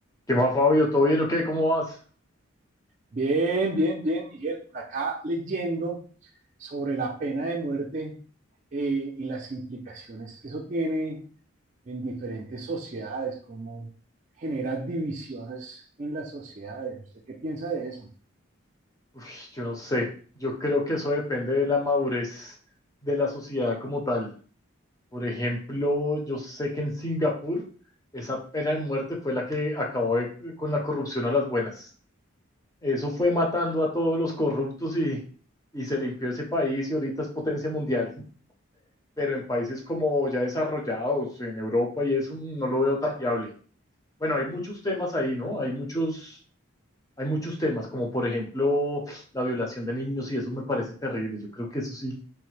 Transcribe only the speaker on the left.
¿Qué más, Fabio? ¿Todo bien o qué? ¿Cómo vas?
Uf, yo no sé. Yo creo que eso depende de la madurez de la sociedad como tal. Por ejemplo, yo sé que en Singapur esa pena de muerte fue la que acabó de- con la corrupción a las buenas. Eso fue matando a todos los corruptos y, y se limpió ese país y ahorita es potencia mundial. Pero en países como ya desarrollados, en Europa y eso, no lo veo tan viable. Bueno, hay muchos temas ahí, ¿no? Hay muchos Hay muchos temas, como por ejemplo la violación de niños, y eso me parece terrible. Yo creo que eso sí